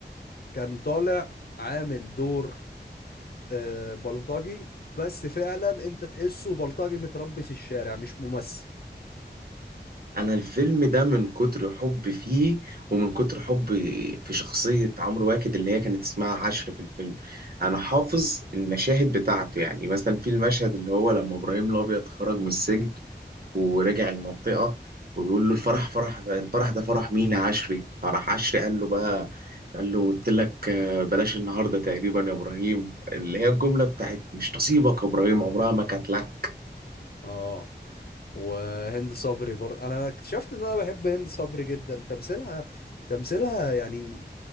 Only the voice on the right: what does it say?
انا الفيلم ده من كتر حبي فيه ومن كتر حبي في شخصية عمرو واكد اللي هي كانت اسمها عشر في الفيلم انا حافظ المشاهد بتاعته يعني مثلا في المشهد اللي هو لما ابراهيم الابيض خرج من السجن ورجع المنطقة وبيقول له الفرح فرح الفرح ده فرح مين يا عشري فرح عشري قال له بقى قال له قلت لك آه، بلاش النهارده تقريبا يا ابراهيم اللي هي الجملة بتاعت مش نصيبك يا ابراهيم عمرها ما كانت لك